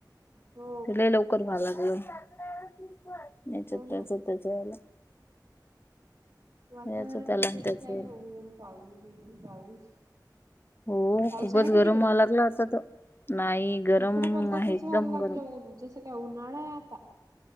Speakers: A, on the right; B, on the left.
A: हो
B: लय लवकर मग लागलं हेच्यात
A: हो ना.
B: त्याच त्याच्यात कळले
A: वातावरण
B: याच त्याला
A: बी
B: आणि
A: तसच
B: त्याच
A: आहे.
B: याला
A: ना न पाऊस ऊन पाऊस
B: हो
A: पाऊस
B: खूपच
A: आहे का
B: गरम
A: तिकडं?
B: व्हांयाला लागला आता तर नाही गरम
A: इकडे पण तसच
B: आहे एकदम
A: व्हायला लागलं
B: गरम
A: जसं काय उन्हाळा आहे आता